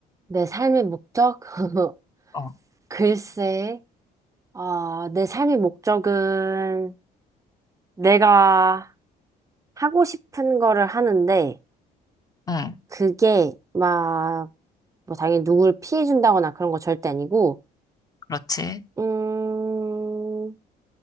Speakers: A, on the right; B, on the left.
A: 내 삶의 목적? <laughs>
B: 어,
A: 글쎄, 아, 내 삶의 목적은 내가 하고 싶은 거를 하는데,
B: 응,
A: 그게 막, 뭐, 당연히 누굴 피해준다거나 그런 거 절대 아니고,
B: 그렇지.
A: 음,